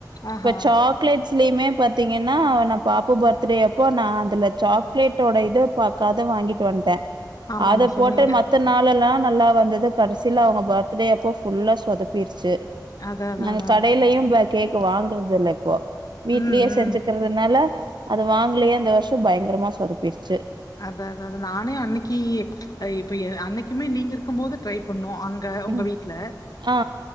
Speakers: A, on the left; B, on the right.
A: ஆஹா
B: இப்ப சாக்லேட் ஸ்லிமே பாத்தீங்கன்னா அவன பாப்பா பர்த்டே அப்போ நா அதுல சாக்லேட்டோட இது பாக்காத வாங்கிட்டு வந்ட்டே
A: ஆமா
B: அத
A: ஆமா சொன்னீங்க
B: போட்டு மத்த நாளெல்லா நல்லா வந்துது கடசில அவங்க பர்த்டே அப்போ ஃபுல்லா சொதப்பீர்ச்சு
A: அத அத
B: நாங்க
A: அத
B: கடைலயு
A: அதா
B: ப கேக் ப்ப வாங்கறதில்ல போ வீட்லயே
A: ம் ம்
B: செஞ்சுக்கறதுனால அது வாங்லயா இந்த வர்ஷோ பயங்கரமா சொதப்பீர்ச்சு
A: அத அதா அது நானே அன்னிக்கு இப்ப ஏ அன்னைக்குமே நீங்க இருக்கும்போது ட்ரை பண்ணுவோ அங்க உங்க
B: ம்
A: வீட்ல
B: ஆ ஆ.